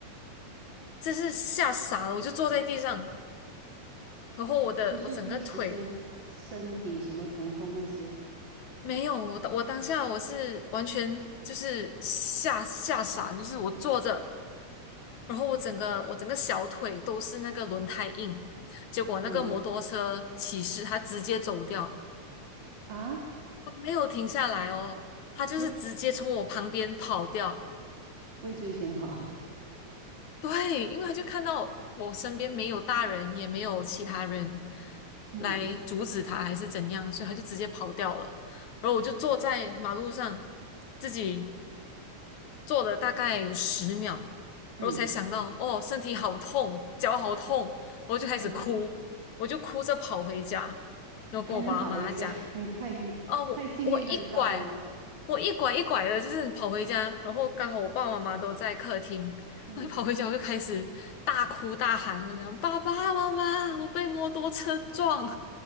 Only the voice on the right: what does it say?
不是第一时间身体什么疼痛那些，
嗯啊，
没有畏罪潜逃。
嗯
嗯
嗯
<laughs>
还能跑回家，<laughs> 你太厉害，
太幸运了，你知道吗？
嗯